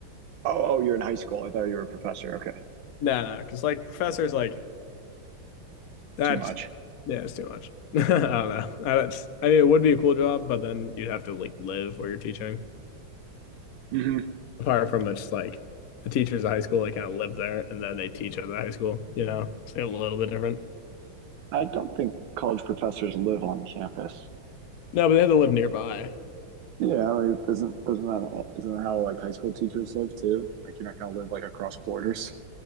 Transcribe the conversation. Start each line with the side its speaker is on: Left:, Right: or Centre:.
Right: Oh, oh, you're in high school. I thought you were a professor. Okay.
Left: No, no, because like professors like that's
Right: Too much.
Left: yeah, it's too much. <laughs> I don't know. I, don't, I mean, it would be a cool job, but then you'd have to like live where you're teaching.
Right: hmm
Left: apart from it's like the teachers at high school, they kind of live there and then they teach at the high school, you know, so a little bit different.
Right: I don't think college professors live on campus.
Left: No, but they had to live nearby.
Right: Yeah, like isn't doesn't that isn't that how like high school teachers live too? Like you're not gonna live like across borders.